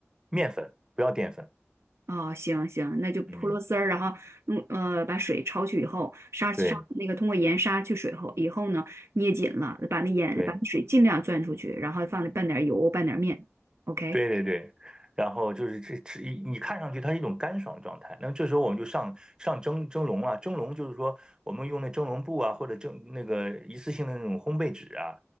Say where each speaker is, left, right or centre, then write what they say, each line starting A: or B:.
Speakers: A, on the right; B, on the right.
A: 面粉不要淀粉。
B: 哦，行行，那就泼螺丝儿，
A: 嗯，
B: 然后用呃把水焯去以后，杀杀那个通过盐杀去水后以后呢，
A: 对
B: 捏紧了，把那盐把那水尽量攥出去，
A: 对。
B: 然后放半点油，拌点面，OK。
A: 对对对，然后就是这这一你看上去它是一种干爽的状态，那么这时候我们就上上蒸蒸笼啊，蒸笼就是说我们用那蒸笼布啊，或者蒸那个一次性的那种烘焙纸啊，